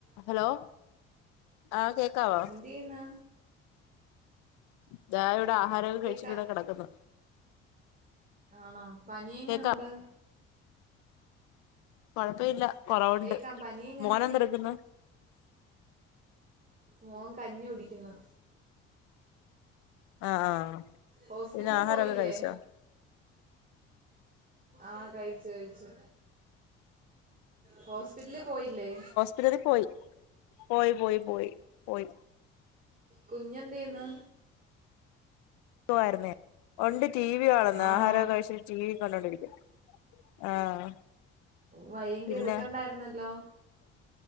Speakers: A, on the left (about 80°); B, on the right (about 30°).
A: Hello ആഹ് കേക്കാവോ?
B: പിന്ന
A: ഇതാ ഇവിടെ ആഹാരൊക്കെ
B: കേക്കാം
A: കഴിച്ചിട്ട് ഇവിടെ കിടക്കുന്നു
B: ആണോ പനി എങ്ങെനുണ്ട്
A: കേക്കാം കൊഴപ്പവില്ല കൊറവുണ്ട്
B: കേക്കാം പനി എങ്ങനുണ്ട്
A: മോനെ എന്ത എടുക്ക്ന്നെ
B: മോൻ കഞ്ഞി കുടിക്കുന്നു
A: ആഹ് ആഹ്
B: ഹോസ്പിറ്റലി
A: പിന്നെ ആഹാരമൊക്കെ
B: പോയില്ലേ?
A: കഴിച്ചോ
B: ആ കഴിച് കഴിച്ച് ഹോസ്പിറ്റലി പോയില്ലേ?
A: ത്രി പോയി പോയി പോയി പോയി പോയി
B: കുഞ്ഞെന്തേന്ന്
A: ആയിരുന്നേ ഒണ്ട് ടി വി കണെന്ന്
B: ആണോ
A: ആഹാരൊക്കെ കയിച്ച് ടിവി കണ്ടോണ്ടിരിക്ക ആഹ്
B: വയങ്കി
A: പിന്നെ
B: എടുക്കണ്ടായിരുന്നല്ലോ?